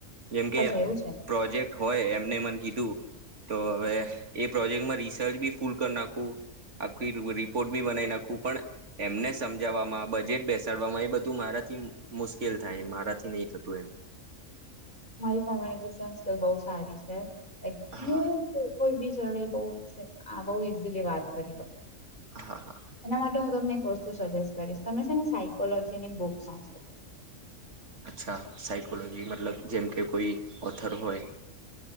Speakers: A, on the right; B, on the left.
A: જેમ કે
B: અચ્છા એવું છે
A: પ્રોજેક્ટ હોય એમ કીું હ એ પ્રોજેક્ટ રિસર્ચી ફલ નાખુંખ રિપોર્ટી બના નાખ હું પણ એમને સમજાવવામાં બજેટ બેસાડવામાં એ બધું મારાથી મુશ્કેલ થાય મારાથી નહી થતું એમ.
B: મારી કોમ્યુનિકેશન સ્કલ બહ સારી છે. હું
A: હા
B: કોઈ બીજ ડ બ બહુ ઈઝીલી વાત કરી લો.
A: હા હા
B: એના માટે હું તમને વસ્તુ સજેસ્ટ કરીશ તમે છે ને સાયકોલોજી ની બુક વાંચો
A: અચ્છા સાયકોલોજી મતલબ જેમ કે કોઈ ઓથર હોય.